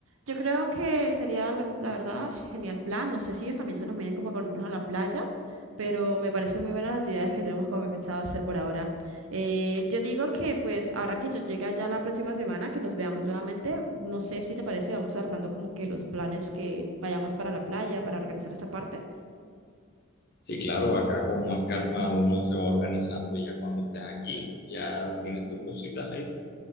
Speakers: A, on the right; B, on the left.
A: yo creo que sería, la, la verdad, genial plan. No sé si ellos también se nos miden como con irnos a la playa, pero me parecen muy buenas las actividades que tenemos como pensado hacer por ahora. Eh, yo digo que pues ahora que yo llegue ya la próxima semana, que nos veamos nuevamente, no sé si te parece, vamos armando como que los planes que vayamos para la playa, para organizar esa parte.
B: Sí, claro, acá con más calma uno se va organizando ya cuando estés aquí, ya tienes tus cositas ahí